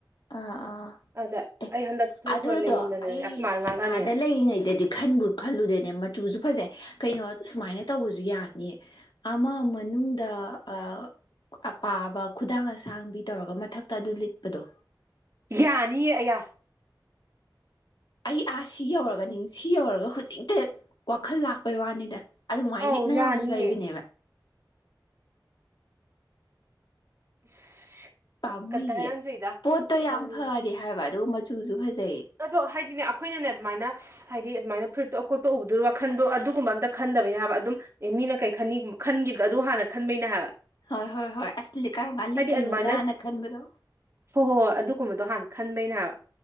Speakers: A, on the left (about 75°); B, on the right (about 35°).
A: ꯑꯥ ꯑꯥ
B: ꯑꯗꯨꯗ
A: ꯑꯦ
B: ꯑꯩ ꯍꯟꯗꯛ ꯐꯨꯔꯤꯠ
A: ꯑꯗꯨꯗꯣ
B: ꯐꯨꯔ ꯂꯩꯃꯟꯗꯅꯅꯦ
A: ꯑꯩ
B: ꯑꯩꯈꯣꯏ ꯃꯥꯅ ꯉꯥꯡꯉꯛꯑꯅꯤꯅ
A: ꯑꯥꯗ ꯂꯩꯔꯤꯉꯩꯗꯗꯤ ꯈꯟꯕꯨ ꯈꯜꯂꯨꯗꯦꯅꯦ ꯃꯆꯨꯁꯨ ꯐꯖꯩ ꯀꯩꯅꯣ ꯁꯨꯃꯥꯏꯅ ꯇꯧꯕꯁꯨ ꯌꯥꯅꯤꯌꯦ ꯑꯃ ꯃꯅꯨꯡꯗ ꯑꯥ ꯑꯄꯥꯕ ꯈꯨꯗꯥꯡ ꯑꯁꯥꯡꯕꯤ ꯇꯧꯔꯒ ꯃꯊꯛꯇ ꯑꯗꯨ ꯂꯤꯠꯄꯗꯣ
B: ꯌꯥꯅꯤꯌꯦ ꯑꯌꯥ
A: ꯑꯩ ꯑꯥ ꯁꯤ ꯌꯧꯔꯒ ꯅꯤꯡ ꯁꯤ ꯌꯧꯔꯒ ꯍꯧꯖꯤꯛꯇ ꯋꯥꯈꯜ ꯂꯥꯛꯄꯩ ꯋꯥꯅꯤꯗ ꯑꯗꯨꯃꯥꯏꯅ
B: ꯑꯧ
A: ꯂꯤꯠꯅꯕꯁꯨ
B: ꯌꯥꯅꯤꯌꯦ
A: ꯂꯩꯕꯅꯦꯕ
B: <unintelligible>
A: ꯄꯥꯝꯃꯨꯏꯌꯦ
B: ꯒꯗꯔ ꯌꯥꯝ ꯆꯨꯏꯗ
A: ꯄꯣꯠꯇꯣ
B: ꯏꯕꯥꯅꯤꯁꯦ
A: ꯌꯥꯝ ꯐꯔꯤ ꯍꯥꯏꯕ ꯑꯗꯨꯒ ꯃꯆꯨꯁꯨ ꯐꯖꯩ
B: ꯑꯗꯣ ꯍꯥꯏꯗꯤꯅꯦ ꯑꯩꯈꯣꯏꯅꯅꯦ ꯑꯗꯨꯃꯥꯏꯅ ꯍꯥꯏꯗꯤ ꯑꯗꯨꯃꯥꯏꯅ ꯐꯨꯔꯤꯠꯇꯣ ꯑꯀꯣꯠꯄ ꯎꯕꯗꯨ ꯋꯥꯈꯟꯗꯣ ꯑꯗꯨꯒꯨꯝꯕ ꯑꯝꯇ ꯈꯟꯗꯕꯩꯅꯦ ꯍꯥꯏꯕ ꯑꯗꯨꯝ ꯑꯦ ꯃꯤꯅ ꯀꯩ ꯈꯟꯅꯤ ꯈꯟꯈꯤꯕ ꯑꯗꯨ ꯍꯥꯟꯅ ꯈꯟꯕꯩꯅꯦ ꯍꯥꯏꯕ
A: ꯍꯣꯏ ꯍꯣꯏ ꯍꯣꯏ ꯑꯁꯤꯗꯤ ꯀꯔꯝꯃꯥꯏꯅ
B: ꯍꯥꯏꯗꯤ
A: ꯂꯤꯠꯇꯨꯏꯅꯣꯗꯥꯅ
B: ꯑꯗꯨꯃꯥꯏꯅ
A: ꯈꯟꯕꯗꯣ
B: ꯍꯣꯏ ꯑꯗꯨꯒꯨꯝꯕꯗꯣ ꯍꯥꯟꯅ ꯈꯟꯕꯩꯅꯦ ꯍꯥꯏꯕ